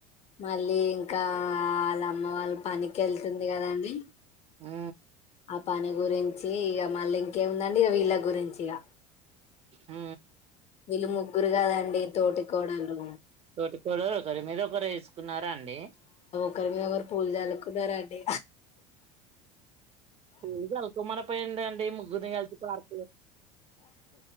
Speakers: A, on the left; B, on the right.
A: మళ్ళీ ఇంకా వాళ్ళ అమ్మ వాళ్ళ పనికి వెళ్తుంది కదండి
B: ఆ
A: ఆ పని గురించి ఇక మళ్ళీ ఇంకేముందండి ఇక వీళ్ళ గురించి ఇక
B: ఆ
A: వీళ్ళు ముగ్గురు కాదండి తోటి కోడలు
B: తోటి కోడలు ఒకరు మీరు ఒకరు వేసుకున్నారా అండి
A: ఒక్కరి మీద ఒకరు పూలు చల్లుకున్నారండి
B: ఇ అకు మ పయింటంటడి అ ముగ్గుని గల్చ పక